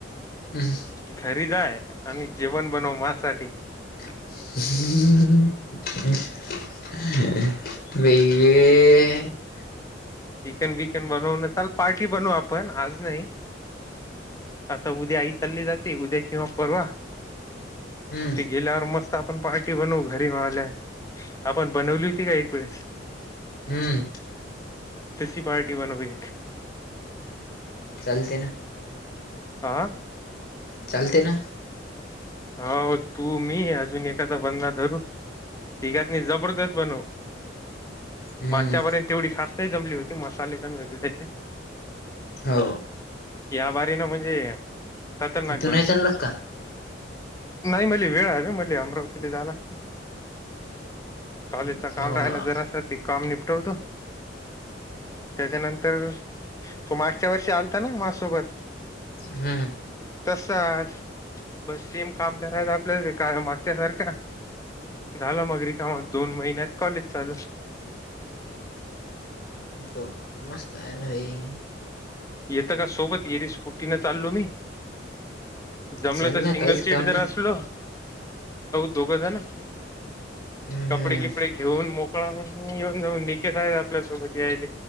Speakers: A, on the left; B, on the left.
A: हम्म
B: घरी जाय आम्ही जेवण बनव माझसाठी
A: हम्. ह वे.
B: चिकन विकन बनवून चाल पार्टी बनू आपण आज नाही आता उद्या आई चालली जाते उद्या किंवा परवा
A: हम्म
B: ते गेल्यावर मस्त आपण पार्टी बनवू घरी म आल्या आपण बनवली होती का एक वेळेस
A: हम्म
B: तशी पार्टी बनवी
A: चालते ना
B: आह
A: चालते ना
B: हो तू मी अजून एखादा बंदा धरू तघात नाही जबरदस्त बनव
A: हम्म
B: मागच्यापर्यंत तेवढी खास नाही जमली होती मसाले त्याच्या
A: हो
B: या बारी ना म्हणजे खतरनाक
A: तू
B: बनू
A: नाही चालत का
B: नाही म्हली वेळ हवे म्हली अमरावतीला जालागते कॉलेज
A: हम्म
B: काम राहायला जरास त काम निपटवतो त्याच्यानंतर तो मागच्या वर्षी आलता ना मासोबत
A: हम्म
B: तस आज बस सेम काम करायच आपलं का मागच्या सारखा झालं मग र का मग दोन महिन्यात कॉलेज चालू
A: त मस्त आहे हो
B: येतं का सोबत येरी स्कुटी न चालो मी जमलं
A: चल
B: तर
A: ना
B: सिंगल
A: काहीच
B: सीट
A: काम
B: जरा
A: नाही
B: असलो दोगजन
A: हम्म
B: कपडे किपडे घेऊन मोकळा येऊन जाऊन निकेत आहेत आपल्यासोबत यायले